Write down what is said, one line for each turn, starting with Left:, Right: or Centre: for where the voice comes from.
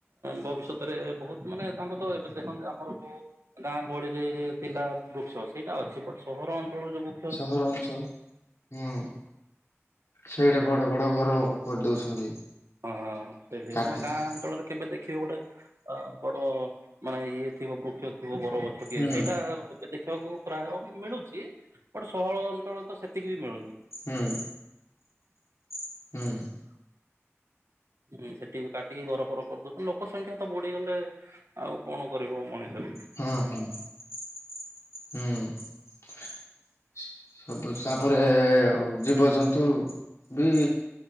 Right: ଭବିଷ୍ୟତରେ ବହୁତ ମାନେ ତାଙ୍କୁ ତ ଏବେ ଦେଖନ୍ତି ଆମର ଯୋଉ ଗାଁ ଗହଳିରେ ଥିଲା ବୃକ୍ଷ ସେଇଟା ଅଛି ବଟ ସହର ଅଞ୍ଚଳ ଯୋ
Left: ସହର ଅଞ୍ଚଳ ହୁଁ ସେଇଟା ବଡ ବଡ ଘର କରିଦଉଛନ୍ତି
Right: ଓଁ ହଁ ସେଇଠି
Left: କାଟିକି
Right: ମାନେ ଗାଁ ଅଞ୍ଚଳରେ କେବେ ଦେଖିବେ ଗୋଟେ ଅ ବଡ ମାନେ ଇଏ ଥିବ ବୃକ୍ଷ ଥିବ ବରଗଛ ଗୋଟେ
Left: ହୁଁ
Right: ସେଇଟା ଦେଖିବାକୁ ପ୍ରାୟ ମିଳୁଛି ବଟ ସହର ଅଞ୍ଚଳ ତ ସେତିକି ବି ମିଳୁନି।
Left: ହୁଁ। ହୁଁ।
Right: ହୁଁ ସେଠି ବି କାଟିକି ଘର ଫର କରିଦଉଛନ୍ତି ଲୋକ ସଂଖ୍ୟା ତ ବଢିଗଲେ ଆଉ କଣ କରିବ ମଣିଷ ବି
Left: ହୁଁ ହୁଁ ହୁଁ। ସବୁ ତାପରେ ଜୀବଜନ୍ତୁ ବି